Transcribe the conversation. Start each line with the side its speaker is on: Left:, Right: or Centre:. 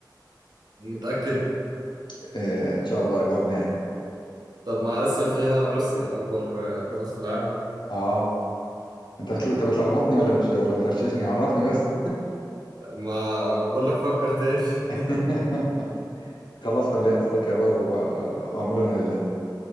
Right: متأكد
Left: إيه ان شاء الله جواب نهائي
Right: طب ما آسيا فيها روسيا أكبر آه، بلد في العالم
Left: اه انت بتل- انت بتلخبطني ولا بتش... ولا بتغششني عرفني بس
Right: ما بقول لك فكر تاني <laughs>
Left: <laughs> خلاص خليها افريقيا بقى و... وامرنا لله